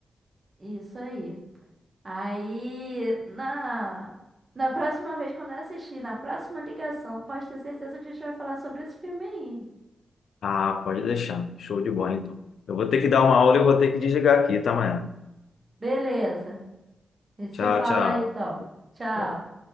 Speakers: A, on the right (about 35°); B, on the left (about 80°).
A: Isso aí. Aí, na, na próxima vez, quando eu assistir, na próxima ligação, pode ter certeza que a gente vai falar sobre esse filme aí.
B: Ah, pode deixar. Show de bola, então. Eu vou ter que dar uma aula e eu vou ter que desligar aqui, tá, Maia?
A: Beleza. A gente
B: Tchau,
A: se fala
B: tchau.
A: aí, então. Tchau.
B: Show.